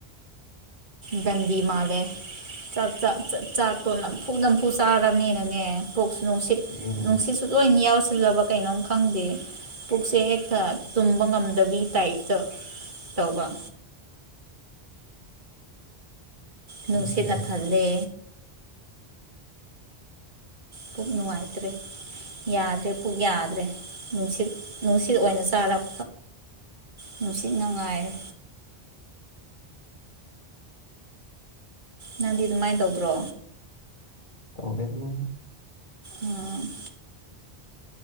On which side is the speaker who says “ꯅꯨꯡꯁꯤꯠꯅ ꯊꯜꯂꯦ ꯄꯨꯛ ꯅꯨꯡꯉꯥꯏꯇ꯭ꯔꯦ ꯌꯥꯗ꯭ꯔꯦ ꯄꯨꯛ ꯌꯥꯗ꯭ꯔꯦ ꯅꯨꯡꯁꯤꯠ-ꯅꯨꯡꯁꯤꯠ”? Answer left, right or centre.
Right